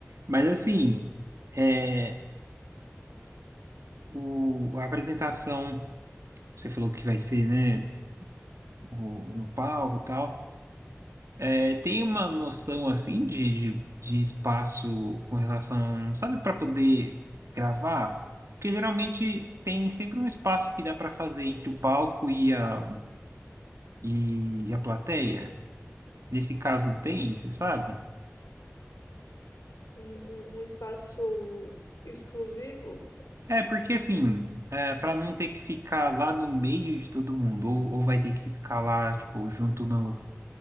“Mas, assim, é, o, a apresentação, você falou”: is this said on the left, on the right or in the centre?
Right